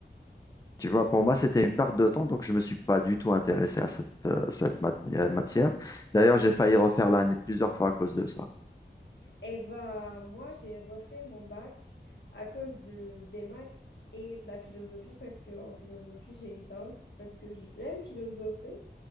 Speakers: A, on the left; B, on the left.
A: Tu vois, pour moi, c'était une perte de temps, donc je ne me suis pas du tout intéressé à cette, euh, cette mat- euh, matière. D'ailleurs, j'ai failli refaire l'année plusieurs fois à cause de ça.
B: Eh ben, moi, j'ai refait mon bac à cause de, des maths et de la philosophie, parce que en philosophie, j'ai eu 5 parce que j'aime philosopher,